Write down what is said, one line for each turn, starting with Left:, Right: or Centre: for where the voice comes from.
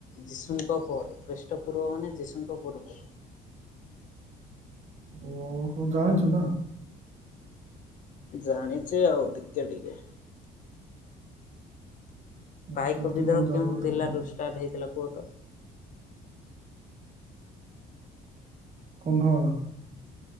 Left: ଯୀଶୁଙ୍କ ପରେ ଖ୍ରୀଷ୍ଟପୂର୍ବ ମାନେ ଯୀଶୁଙ୍କ ପୂର୍ବରୁ।
Right: ଓହୋଃ ଜାଣିଚୁ ନା?
Left: ଜାଣିଚି ଆଉ ଟିକେ ଟିକେ।
Right: ନା
Left: ପାଇକ
Right: କେମିତି
Left: ବିଦ୍ରୋହ
Right: କଣ ଜାଣିଲୁ
Left: କେଉଁ
Right: ଟିକେ
Left: ଜିଲ୍ଲାରୁ
Right: କହ
Left: ଷ୍ଟାର୍ଟ ହେଇଥିଲା? କୁହ ତ।
Right: କନ୍ଧମାଳ।